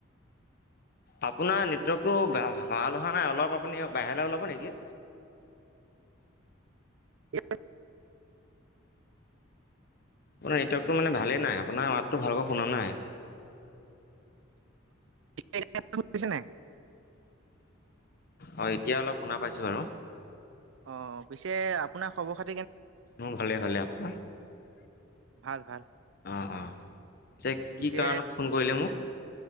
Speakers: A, on the left; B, on the right.
A: আপোনাৰ নেটৱৰ্কতটো ভাল হোৱা নাই অলপ আপুনি বাহিৰলৈ ওলাব নেকি
B: এ <unintelligible>
A: আপোনাৰ নেটৱৰ্কটো মানে ভালেই নাই আপোনাৰ মাতটো ভালকৈ শুনা নাই।
B: এতিয়া শুনিছা নাই।
A: অঁ এতিয়া অলপ শুনা পাইছোঁ বাৰু।
B: অ পিছে আপোনাৰ খবৰ খা
A: মোৰ ভালে ভালে আপোনাৰ? <unintelligible>
B: ভাল ভাল।
A: অঁ অঁ যে
B: পিছে
A: কি কাৰণত ফোন কৰিলে মোক